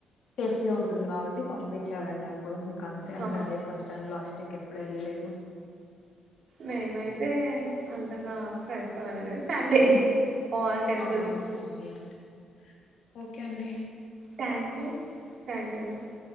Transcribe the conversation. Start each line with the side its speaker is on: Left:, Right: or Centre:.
Left: సేఫ్టీ ఉంటుంది కాబట్టి పంపించారండి అప్ ప్పుడు ఇంకంతే అండి,
Right: ఆ,
Left: అదే ఫస్ట్ అండ్ లాస్ట్ సింకెప్ ఎప్పుడెల్ల లేదు
Right: మేమైతే అంతగా ఫ్రెండ్స్తో వెళ్ళలేదు ఫ్యామిలీ ఆల్ టెంపుల్స్
Left: ఆ అవున్లేండి ఓకే అండి
Right: థ్యాంక్ యూ థ్యాంక్ యూ అండి.